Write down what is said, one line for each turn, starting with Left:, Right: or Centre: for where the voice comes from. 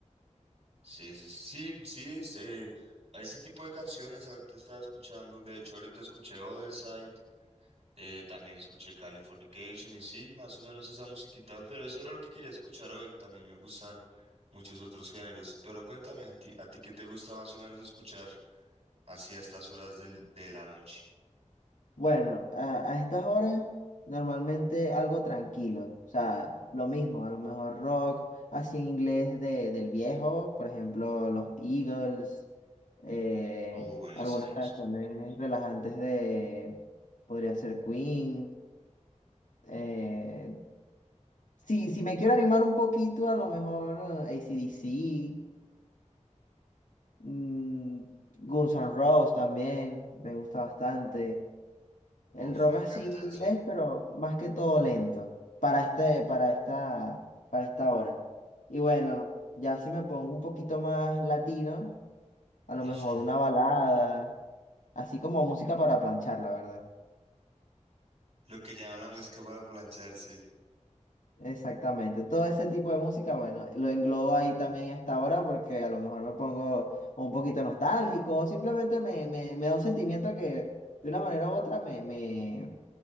Right: sí, sí, sí, sí, sí, es, eh, ese tipo de canciones ahorita estaba escuchando, de hecho ahorita escuché Otherside, eh, también escuché Californication y sí, más o menos esa musiquita, pero eso era lo que quería escuchar hoy, también me gustan muchos otros géneros, pero cuéntame a ti, a ti qué te gusta más o menos escuchar así a estas horas del- de la noche.
Left: Bueno, a, a estas horas normalmente algo tranquilo, o sea, lo mismo, a lo mejor rock, así en inglés de, del viejo, por ejemplo, los Eagles, eh,
Right: Uh, buenísimo,
Left: algunas canciones
Right: sí.
Left: relajantes de, podría ser Queen, eh, sí, si me quiero animar un poquito, a lo mejor eh, AC/DC, mm, Guns N' Roses también, me gusta bastante, El
Right: Uf,
Left: rock
Right: me encantan,
Left: así inglés,
Right: sí.
Left: pero más que todo lento. Para este, para esta, para esta hora. Y bueno, ya si me pongo un poquito más latino, a lo
Right: <laughs>
Left: mejor una balada, así como música para planchar, la verdad.
Right: Lo que llaman la música para planchar, sí.
Left: Exactamente. Todo ese tipo de música, bueno, lo englobo ahí también a esta hora porque a lo mejor me pongo un poquito nostálgico, o simplemente me, me, me da un sentimiento que de una manera u otra me, me,